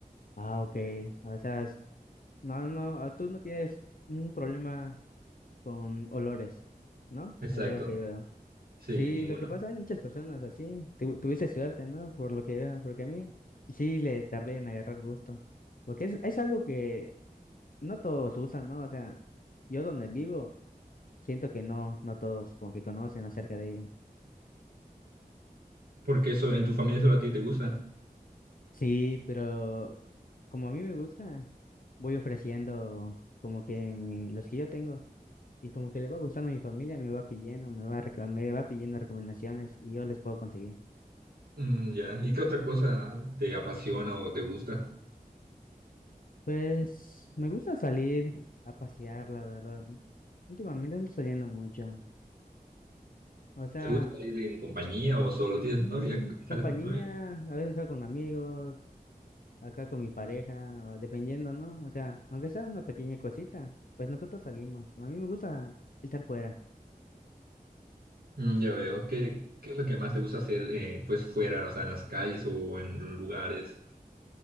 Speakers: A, on the left; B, on the right.
A: Ah, ok. O sea, s- no, no, ah, tú no tienes un problema con olores, ¿no?
B: Exacto,
A: Eso es lo que veo.
B: sí,
A: Sí,
B: ninguno.
A: lo que pasa, hay muchas personas así. Tu- tuviste suerte, ¿no? Por lo que veo, porque a mí sí le tardé en agarrar gusto. Porque es, es algo que no todos usan, ¿no? O sea, yo donde vivo, siento que no, no todos como que conocen acerca de ello.
B: Porque eso en tu familia solo a ti te gusta.
A: Sí, pero Como a mí me gusta, voy ofreciendo como que mi- los que yo tengo y como que le va gustando a mi familia, me va pidiendo, me va, reco- me va pidiendo recomendaciones y yo les puedo conseguir.
B: Mm, ya, ¿y qué otra cosa te apasiona o te gusta?
A: Pues me gusta salir a pasear, la verdad. Últimamente ando saliendo mucho. O sea,
B: ¿Te gusta ir en compañía o solo tienes
A: sí,
B: novia?
A: compañía,
B: ¿Sales con tu novia?
A: a veces salgo con amigos, acá con mi pareja, o dependiendo, ¿no? O sea, aunque sea una pequeña cosita, pues nosotros salimos. A mí me gusta estar fuera.
B: Mm, Ya veo. ¿Qué, qué es lo que más te gusta hacer eh, pues fuera, o sea, en las calles o en lugares?